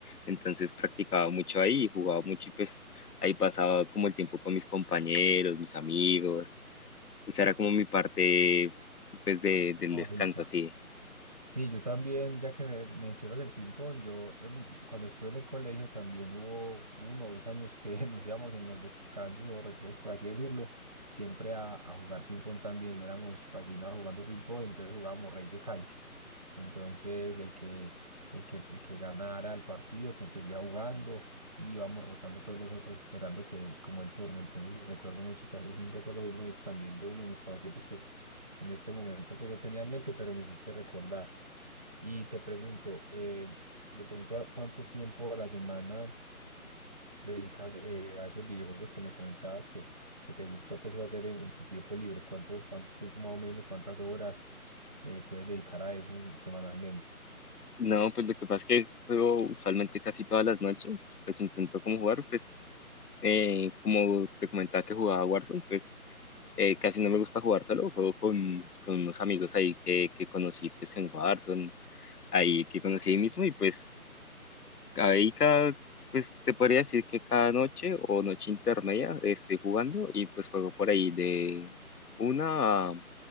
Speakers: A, on the left (about 85°); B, on the right (about 25°).
A: Entonces practicaba mucho ahí, jugaba mucho y pues ahí pasaba como el tiempo con mis compañeros, mis amigos. Esa era como mi parte pues de, del
B: ahorita.
A: descanso, así.
B: Sí, yo también, ya que me mencionas el ping-pong, yo en- cuando estuve en el colegio también hubo uno o dos años que <laughs> nos íbamos en los descansos o recreos, por así decirlo, siempre a, a jugar ping-pong también. Éramos fascinados jugando ping-pong, entonces jugábamos rey de cancha. Entonces el que, el que, el que ganara el partido te seguía jugando y íbamos rotando pues los otros esperando que como el turno. Entonces recuerdo mucho, ta- es un recuerdo muy bonito también de uno de mis pasatiempos que en este momento pues no tenía en mente, pero me hiciste recordar. Y te pregunto, eh, de pronto, ¿a ¿cuánto tiempo a la semana dedicas eh, a esos videojuegos que me comentabas que, que te gusta pues hacer en, en tu tiempo libre? ¿Cuánto, cuánto tiempo más o menos, cuántas horas eh, puedes dedicar a eso semanalmente?
A: No, pues lo que pasa es que juego usualmente casi todas las noches, pues intento como jugar, pues eh, como te comentaba que jugaba Warzone, pues eh, casi no me gusta jugar solo, juego con, con unos amigos ahí que, que conocí pues en Warzone, ahí que conocí ahí mismo y pues ahí cada, pues se podría decir que cada noche o noche intermedia estoy jugando y pues juego por ahí de una, a-